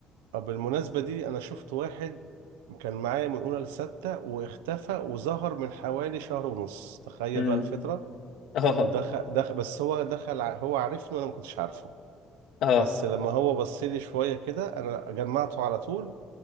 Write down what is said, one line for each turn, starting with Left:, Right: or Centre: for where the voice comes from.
Right: آه، بالمناسبة دي انا شفت واحد كان معايا من اولى لستة واختفى وظهر من حوالي شهر ونص تخيل
Left: امم
Right: بقى الفترة
Left: اه
Right: ودخل دخل بس هو دخل ع- هو عارفني وانا ما كنتش عارفه
Left: اه
Right: بس لما هو بص لي شويه كده انا جمعته على طول